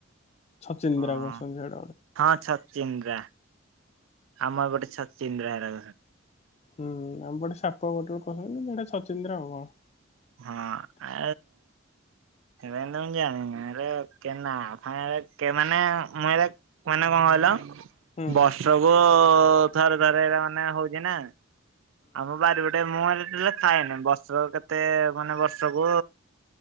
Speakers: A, on the left; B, on the right.
A: ଛଚିନ୍ଦ୍ରା
B: ହଁ।
A: କହୁଛନ୍ତି <unintelligible>
B: ହଁ ଛଚିନ୍ଦ୍ରା ଆମର ଗୋଟେ ଛଚିନ୍ଦ୍ରା <unintelligible>
A: ହୁଁ ଆମ ପଟେ ସାପୁଆ ପୋଟଳ କହୁଛନ୍ତି କିନ୍ତୁ ହେଟା ଛଚିନ୍ଦ୍ରା ଆଉ କଣ।
B: ହଁ। ଏ ହେରା କେମିତିଆ ମୁଁ ଜାଣିନି, ହେରା କେ ନାଁ ଫା ହେରା କେ ମାନେ ମୁଁ ଏରା ମାନେ କଁ କହିଲ,
A: ହୁଁ
B: ବର୍ଷକୁ ଥରେ ଥରେ ଏରା ମାନେ ହୋଉଚି ନା। ଆମ ବାରି ପଟେ ମୁଁ ହେଲେ ଟୋଟାଲି ଖାଏନି, ବର୍ଷ କେତେ ମାନେ ବର୍ଷକୁ